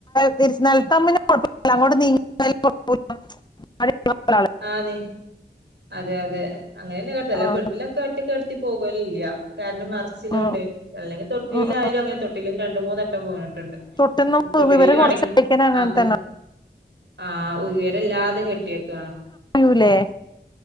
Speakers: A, on the left; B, on the right.
A: <unintelligible>
B: ആ നീ അതെ അതെ അങ്ങനെന്നെ
A: ആ,
B: ബെഡ്ലൊക്കെ ഒറ്റക്ക് കിടത്തി പോകും അല്ലേ? യ്യ.. <unintelligible> കാരണം മറച്ചിലോണ്ട്
A: ആ,
B: അല്ലെങ്കിതൊട്ടില്ആയാലും
A: ആ.
B: അങ്ങെ തെ ന്നും രണ്ടു മൂന്നു വെട്ടം വീണിട്ടുണ്ട്.
A: തൊട്ടുന്ന
B: തൊട്ടിലിലും
A: ഇവര് കുറച്ച്
B: അടങ്ങി
A: കഴിക്കാൻ അങ്ങനെ
B: അത്
A: തന്നെ
B: ആ ഉയരല്ലാതെ കെട്ടിയേക്കുവാ.
A: ഴുല്ലേ?